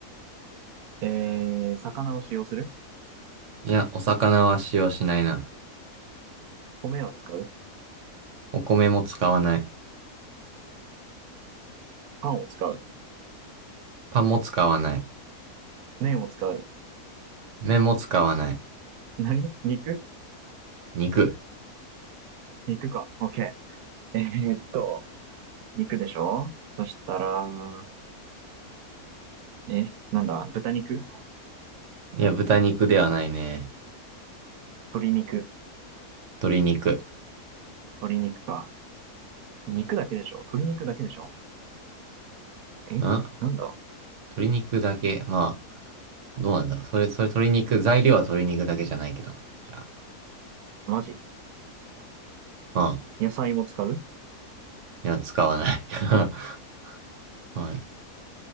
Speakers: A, on the right; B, on the right.
A: えー、魚を使用する
B: いや、お魚は使用しないな。
A: 米は使う
B: お米も使わない。
A: パンを使う
B: パンも使わない。
A: 麺を使う
B: 麺も使わない。
A: 何肉
B: 肉。
A: 肉か。オッケーえーっと、肉でしょそしたら、え、なんだ、豚肉
B: いや、豚肉ではないね。
A: 鶏肉
B: 鶏肉。
A: 鶏肉か。肉だけでしょ鶏肉だけでしょえなんだ
B: ん鶏肉だけ。まあ、どうなんだ。それ、それ鶏肉、材料は鶏肉だけじゃないけどね。それは。
A: マジ
B: まあ、
A: 野菜も使う
B: いや、使わない。<laughs> はい。